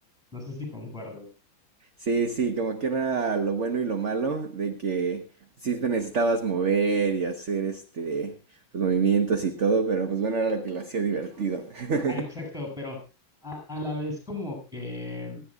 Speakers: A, in the centre; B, on the right (about 45°).
A: No sé si concuerdas.
B: Sí, sí, como que era lo bueno y lo malo de que sí te necesitabas mover y hacer este, pues movimientos y todo, pero pues bueno, era lo que lo hacía divertido. <laughs>
A: Ah, exacto, pero a, a la vez como que